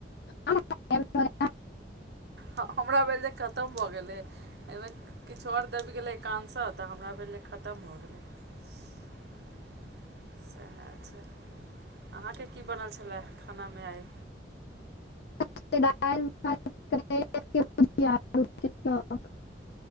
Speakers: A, on the left; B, on the right.
A: आ
B: हँ हमरा भेलर जे खतम भऽ गेलै एहिमे किछु आओर दबि गेलै कंस तऽ हमरा भेलै खतम भऽ गेलै ह। सएह छै अहाँकेँ कि बनल छलै खानामे आइ।
A: रिेदार। <unintelligible>